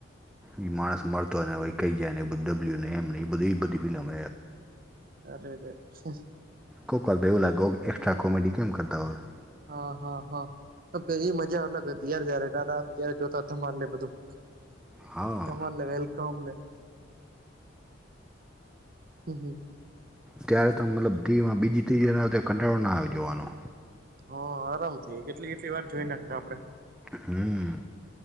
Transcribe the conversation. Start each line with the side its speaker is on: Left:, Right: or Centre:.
Centre: એ માણસ મળતો ને હ કઈ જાય ને એ ડબલ્યુ ને એમ નને એ બધી એ બધી ફિલ્મ
Right: અરેરે શું.
Centre: કોકલ બેવલા ગોગ એક્સ્ટ્રા કોમેડડી કેમ કરતા હોય.
Right: હા હા હા એ મજા અલગ હતી યાર જયારે દાા ત્યારે જોતા તમાને બધું.
Centre: હા
Right: તમારને વેલકમને. હમ હમ.
Centre: ત્યારે ત મતલબ ટીવીમાં બીજી ત્રી જનાતે કંટાળો ના આવ્યો જોવાનો.
Right: હા આરામથી કેટલી કેટલી વાર જોઈ નાખતા આપડે.
Centre: હમ